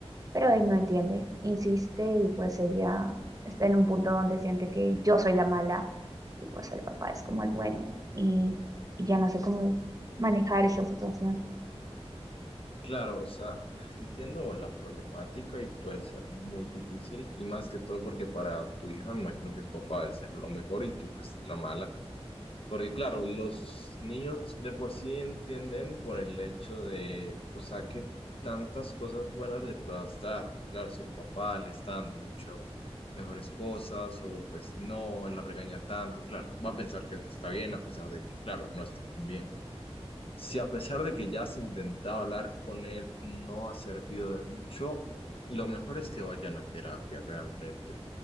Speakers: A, on the right; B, on the left.
A: pero él no entiende, insiste y pues ella está en un punto donde siente que yo soy la mala y pues el papá es como el bueno y, y ya no sé cómo manejar esa situación.
B: Claro, o sea, <laughs> entiendo la problemática y puede ser muy difícil y más que todo porque para tu hija me imagino que tu papá debe ser lo mejor y tú pues la mala. Porque claro, los niños de por sí entienden por el hecho de, o sea, que tantas cosas buenas le puedas dar. Claro, si el papá le está dando mucho mejores cosas o pues no, la regaña tanto, claro, va a pensar que eso está bien a pesar de que, claro, no está tan bien. Si a pesar de que ya has intentado hablar con él, no ha servido de mucho, lo mejor es que vayan a terapia realmente